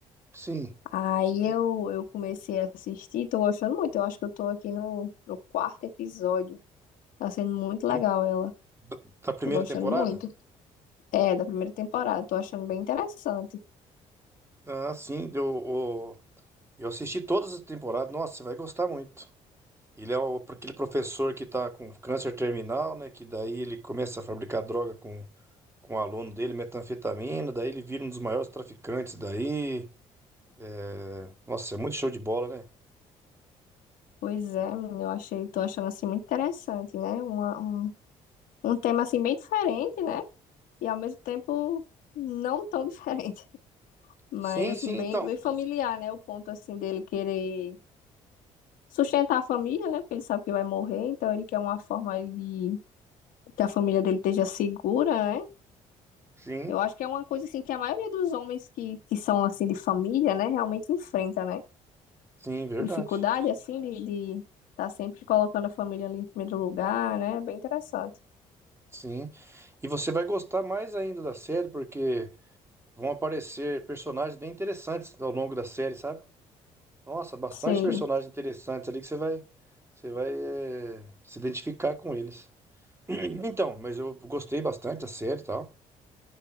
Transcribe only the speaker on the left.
Aí eu, eu comecei a assistir, tô gostando muito, eu acho que eu tô aqui no, no quarto episódio. Tá sendo muito
legal ela,
tô gostando
muito. É, da primeira temporada, tô achando bem interessante.
Pois é, menina, eu achei, tô achando assim muito interessante, né? Uma- um, um tema assim bem diferente, né? E ao mesmo tempo não tão <laughs> diferente, mas
assim
bem,
bem familiar, né? O ponto assim dele querer sustentar a família, né? Porque ele sabe que vai morrer, então ele quer uma forma de que a família dele esteja segura, né?
Eu acho que é uma coisa assim que a maioria dos homens que, que são assim de família, né, realmente enfrenta, né?
Dificuldade assim de, de tá sempre colocando a família ali em primeiro lugar, né? É bem interessante.
Sei,